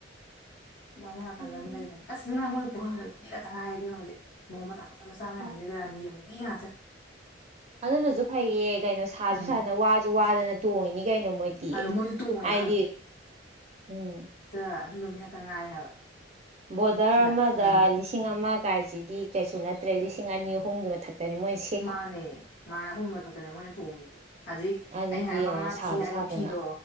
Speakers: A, on the left; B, on the right.
A: ꯕꯥꯃꯣꯟ ꯅꯥꯀꯟꯗ
B: ꯎꯝ
A: ꯑꯃ ꯂꯩꯕꯅꯦ ꯑꯁ ꯏꯃꯥꯏ ꯃꯣꯏ ꯄꯨꯈꯔꯝꯕꯝꯗꯣ ꯃꯤ ꯉꯥꯛꯇ ꯉꯥꯏꯔꯦ ꯏꯕꯦꯃ ꯍꯧꯖꯤꯛ ꯃꯧ ꯃꯆꯥ ꯃꯆꯥ ꯃꯧ ꯃꯆꯥ ꯃꯥꯌꯝꯁꯤꯅ
B: ꯍꯣꯏ
A: ꯔꯥꯅꯤ ꯌꯣꯟꯕꯤ ꯉꯥꯛꯇ
B: ꯑꯗꯨꯅꯁꯨ ꯐꯩꯌꯦ ꯀꯩꯅꯣ ꯁꯥꯁꯨ
A: ꯎꯝ
B: ꯁꯥꯗꯅ ꯋꯥꯁꯨ ꯋꯥꯗꯅ ꯇꯣꯡꯉꯤꯅꯤ ꯀꯩꯅꯣ ꯃꯣꯏꯗꯤ
A: ꯑꯗꯣ ꯃꯣꯏꯁꯨ ꯇꯣꯡꯉꯦ
B: ꯍꯥꯏꯗꯤ ꯎꯝ
A: ꯇ ꯑꯗꯨꯒꯨꯝꯕ ꯉꯥꯛꯛꯇ ꯉꯥꯏ ꯍꯥꯏꯕ
B: ꯕꯣꯔꯗꯔ
A: ꯑꯗꯨꯅ
B: ꯑꯃꯗꯁꯤꯡ
A: ꯎꯝ
B: ꯂꯤꯁꯤꯡ ꯑꯃ ꯀꯥꯏꯁꯤꯗꯤ ꯀꯩꯁꯨ ꯅꯠꯇ꯭ꯔꯦ ꯂꯤꯁꯤꯡ ꯑꯅꯤ ꯑꯍꯨꯝꯒꯤ ꯃꯊꯛꯇꯅꯦ ꯃꯣꯏ
A: ꯃꯥꯅꯦ ꯃꯥ ꯑꯍꯨꯝ ꯃꯊꯛꯀꯅꯦ ꯃꯣꯏꯅ ꯇꯣꯡꯉꯁꯦ ꯍꯧꯖꯤꯛ
B: ꯑꯗꯨꯗꯤ
A: ꯑꯩꯅ ꯍꯥꯏ
B: ꯌꯦꯡꯉꯣ
A: ꯃꯉꯥ
B: ꯁꯥꯗ
A: ꯊꯤ ꯍꯥꯏꯕ
B: ꯁꯥꯗꯅ
A: ꯐꯤꯗꯣ